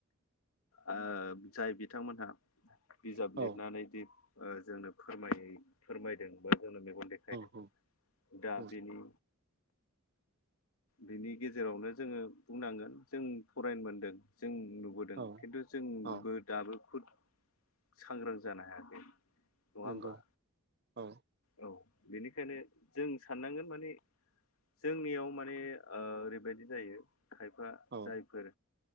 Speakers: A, on the left; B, on the right.
A: ओ जाय बिथांमोनहा बिजाब
B: औ
A: लिरनानै दि ओ जोंनो फोरम फोरमायदों बा जोंनो मेगन देखायदों
B: औ
A: दा
B: औ
A: बेनि बिनि गेजेरावनो जोङो बुंनांगोन जों फरायनो मोनदों जों नुबोदों
B: औ
A: खिन्थु जोंबो
B: औ
A: दाबो खुद सांग्रां जानो हायाखै नङा
B: नंगौ
A: होमबा
B: औ
A: औ बेनिखायनो जों साननांगोन माने जोंनियाव माने ओ ओरैबायदि जायो। खायफा
B: औ
A: जायफोर